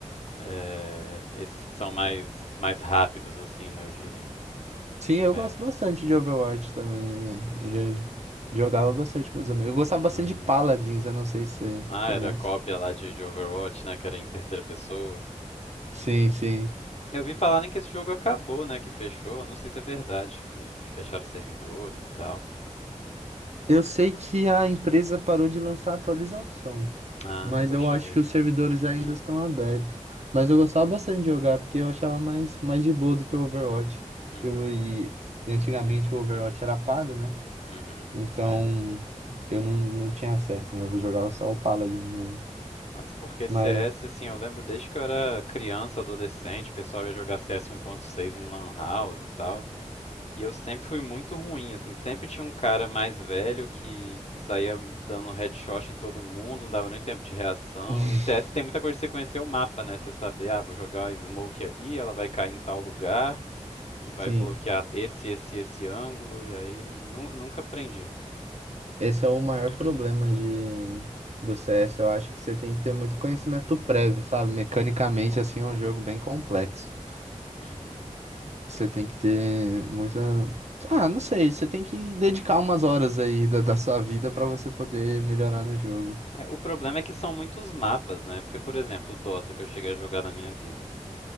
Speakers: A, on the left (about 60°); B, on the right (about 60°).
A: É, esses que são mais, mais rápidos, assim, né, eu diria.
B: Sim, eu
A: Mas.
B: gosto bastante de Overwatch também, né? Eu já jogava bastante com meus amigos. Eu gostava
A: é,
B: bastante de Paladins, eu não sei se você
A: Ah,
B: conhece.
A: era a cópia lá de, de Overwatch, né? Que era em terceira pessoa.
B: Sim, sim.
A: Eu vi falarem que esse jogo acabou, né? Que fechou. Eu não sei se é verdade, que, que fecharam os servidores e tal.
B: Eu sei que a empresa parou de lançar atualização.
A: Ah,
B: Mas
A: poxa
B: eu acho
A: vida.
B: que os servidores ainda
A: <coughs>
B: estão
A: <clears throat>
B: abertos. Mas eu gostava bastante de jogar, porque eu achava mais, mais de boa do que o Overwatch.
A: Uhum.
B: Eu, e, e antigamente o Overwatch era pago, né?
A: Uhum.
B: Então
A: É.
B: eu não, não tinha acesso, né? Eu jogava só o Paladin mesmo.
A: Mas porque CS,
B: Mas,
A: assim, eu lembro desde que eu era criança, adolescente, o pessoal ia jogar CS 1.6 em Lan House e tal. E eu sempre fui muito ruim, assim, sempre tinha um cara mais velho que saía dando um headshot em todo mundo, não dava nem tempo de reação.
B: <laughs>
A: E CS tem muita coisa de você conhecer o mapa, né? Você saber, ah, vou jogar a smoke ali, ela vai cair em tal lugar, que vai
B: sim,
A: bloquear esse, esse, esse ângulo, e aí nu- nunca aprendi.
B: esse é o maior
A: <clears throat>
B: problema de, do CS. Eu acho que você tem que ter muito conhecimento prévio, sabe? Mecanicamente, assim, é um jogo bem complexo.
A: Uhum.
B: Você tem que ter muita. Ah, não sei, você tem que dedicar umas horas aí da, da sua vida pra você poder melhorar no jogo.
A: É, o problema é que são muitos mapas, né? Porque, por exemplo, o Dota que eu cheguei a jogar na minha vida.